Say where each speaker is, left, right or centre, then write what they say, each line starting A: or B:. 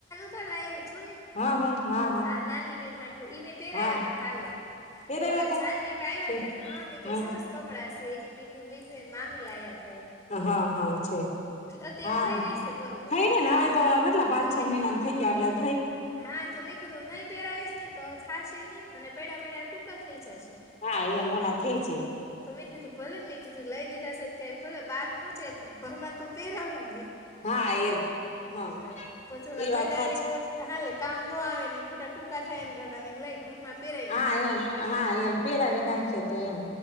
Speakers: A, on the left (about 15°); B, on the left (about 35°).
A: સલા <inaudible> જોને,
B: હા હા હા હા
A: આ નાની બેન ને પહેરાવ્યા
B: હા
A: હતા ત કાલે
B: પેરેવા
A: કે ઓલા
B: તા
A: જાનવી બા
B: છે
A: આવ્યા કે
B: હા
A: સરસ કપડા. મેં કીધું એમને મામી લાવ્યા હતા.
B: હા હા છે
A: અત્યારે
B: હા!
A: થઈ રહી છે બરોબર
B: થઈ ને ને હવે તો કેટલા પાચ-
A: તો મેં
B: છ મહિના ને થઈ ગયા આટલા?
A: હા તમે કે દોના પહેરાની. ને તો થશે નહીં, અને પેડા પેડા ટૂંકા થઈ જશે.
B: હા એમ ઓલા થઈ છે
A: તો મેં કીધું ભલે મેં કીધું લઈ દીધા છે કે ભલે. બહાર નું છે પણ ઘરમાં તો પહેરવુંને?
B: હા એમ, હા
A: આ પછી ઓલા
B: એ વાત
A: પૈડા
B: હાચી.
A: રે ખોટ હાલે કામ ન આવે ને ખોટા ટૂંકા થાય ને કરતા લઈ ઘરમાં. પહેરાવી
B: હા
A: નાખવા
B: એમ
A: દે
B: હા એમ પેહેરાવી નાખીએ તો એમ.